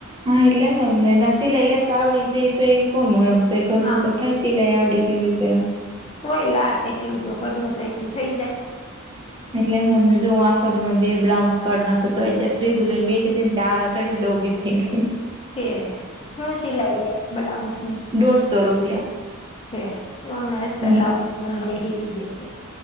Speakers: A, on the right; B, on the left.
A: હા એટલે મંધ નસીલે એલે ત આવડી જ તો કોનું એમ તો ઘરનું
B: હા
A: તો થાય સિલાઈ આવડી કે હોય તો
B: કોય લાટ એટલું તો કરનું તો એટલું થઈ જાય
A: એટલે મને જો હું આખોદી માં બે બ્લાઉઝ કાઢ નાખું તો ત્યારે ત્રીજું લઈને બેઠી હતી ને ત આળા સડી ને તો ઉ થઇ ગયી
B: કે હું સિલાઈ લે બ્લાઉઝ ની
A: દોઢસો રૂપિયા
B: હે તો હમને અસ્તર
A: હમ
B: લાવું મને બેહીવી દેશે